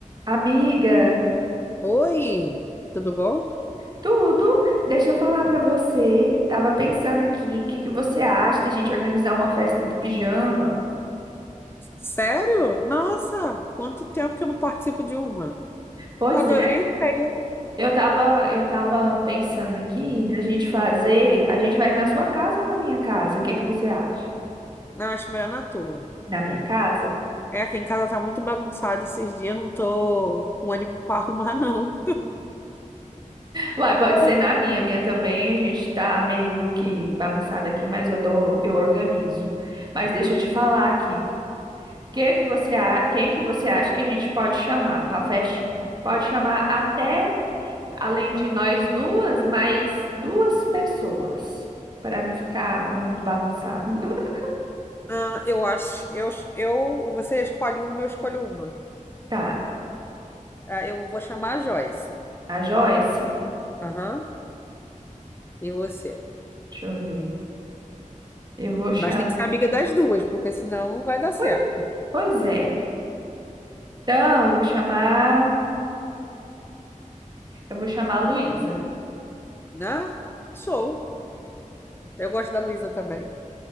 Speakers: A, on the right; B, on the left.
A: Amiga,
B: Oi, tudo bom?
A: tudo. Deixa eu falar pra você. Tava pensando aqui, o que que você acha da gente organizar uma festa do pijama?
B: Sério? Nossa, quanto tempo que eu não participo de uma.
A: Pois
B: Adorei
A: é,
B: a ideia.
A: eu tava, eu tava pensando aqui da gente fazer, a gente faz na sua casa ou na minha casa? O que que você acha?
B: Não, acho melhor na tua.
A: Na minha casa?
B: É, aqui em casa tá muito bagunçado esses dias, não tô com ânimo pra arrumar, não.
A: Uai,
B: <laughs>
A: pode ser na minha, minha também. A gente tá meio que bagunçado aqui, mas eu dou, eu organizo. Mas deixa eu te falar aqui. Que que você, a- quem que você acha que a gente pode chamar para festinha? Pode chamar até, além de nós duas, mais duas pessoas, para não ficar muito bagunçado. <laughs>
B: Ah, eu acho, eu, eu, você escolhe uma, eu escolho uma.
A: Tá,
B: Ah, eu vou chamar a Joyce.
A: a Joyce,
B: Aham, e você?
A: deixa eu ver. Eu vou chamar.
B: Mas tem que ser amiga das duas, porque senão não vai dar certo.
A: Pois pois é. Então, eu vou chamar, eu vou chamar a Luísa.
B: Né? Sou. Eu gosto da Luísa também.